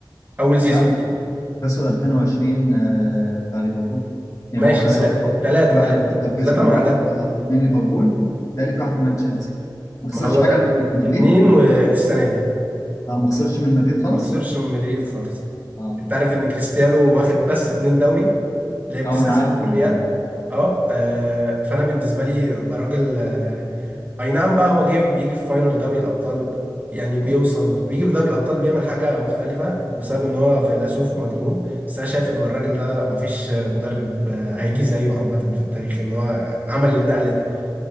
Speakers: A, on the right; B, on the left.
A: اول سيزون
B: لا
A: ليه
B: خسر 2020 آه، بتاع ليفربول يعني
A: ماشي
B: هو خسر
A: ثلاثه
B: واحد
A: ثلاثه
B: واحد
A: ثلاثه
B: ليستر كسبه
A: ثلاثه مع
B: وواحد
A: ده
B: من ليفربول ثالث واحد كمان تشيلسي ما خسرش
A: ما هو
B: حاجه
A: ده
B: من مدريد
A: اتنين و... والسنه دي
B: اه ما خسرش من مدريد خالص
A: ما خسرش من مدريد خالص
B: اه
A: انت عارف ان كريستيانو واخد بس اتنين دوري لعب
B: اه
A: تسع
B: ما انا
A: سنين
B: عارف
A: في
B: الموضوع
A: الريال
B: ده.
A: اه آه، فانا بالنسبه لي ده راجل آه، اي نعم بقى هو جه بيجي في فاينل دوري الابطال يعني بيوصل بيجي في دوري الابطال بيعمل حاجه مختلفه بسبب ان هو فيلسوف ومجنون بس انا شايف ان الراجل ده مفيش مدرب آه، هيجي زيه عامه في التاريخ ان هو عمل النقله دي